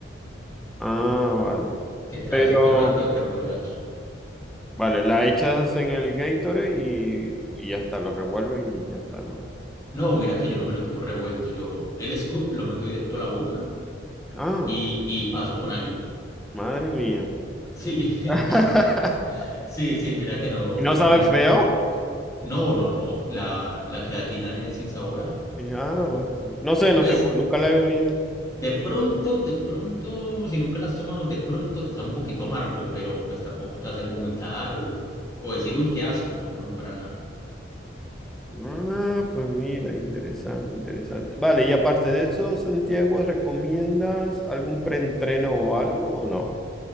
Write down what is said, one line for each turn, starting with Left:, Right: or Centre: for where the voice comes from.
Centre: Ah, vale.
Left: que trae
Centre: Pero...
Left: azúcar rápido o carbohidratos.
Centre: Vale, la echas en el Gatorade y, y ya está, lo revuelves y ya está, ¿no?
Left: No, mira que yo no me lo tomo revuelto. Yo el scoop lo mando directo a la boca
Centre: Ah,
Left: y, y paso con algo.
Centre: madre mía.
Left: Sí,
Centre: <laughs>
Left: <laughs> sí, sí, mira que no,
Centre: ¿Y ¿No sabe
Left: nun-
Centre: feo?
Left: no, no, no, la, la creatina es insabora.
Centre: Eh, Ah, vale, vale. No sé, no
Left: Pues
Centre: sé, nunca la he bebido.
Left: de pronto, de pronto, si nunca la has tomado, de pronto te sabe un poquito amargo, pero pues tampoco te va a hacer vomitar o, o decir, uy, qué asco, no, no, no, para nada.
Centre: Ah, pues mira, interesante, interesante. Vale, y aparte de eso, Santiago, ¿recomiendas algún preentreno o algo o no?